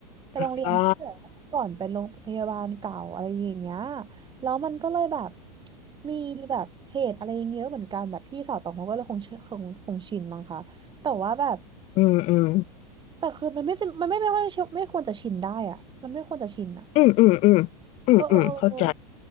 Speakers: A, on the right; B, on the left.
A: เป็นโรงเรียนที่แบบเมื่อก่อนเป็นโรงพยาบาลเก่าอะไรอย่างเงี้ย
B: อ่า
A: แล้วมันก็เลยแบบมีแบบเหตุอะไรอย่างเงี้ยเยอะเหมือนกันแบบพี่สาวตองเขาก็เลยคงเชินคงคงชินมั้งคะแต่ว่าแบบ
B: อืมอืม
A: แต่คือมันไม่จำมันไม่ไม่ว่าไม่ควรจะชินได้อะมันไม่ควรจะชินอะ
B: อืมอืมอืมอืมอืมเข้าใจ
A: เออเออเออ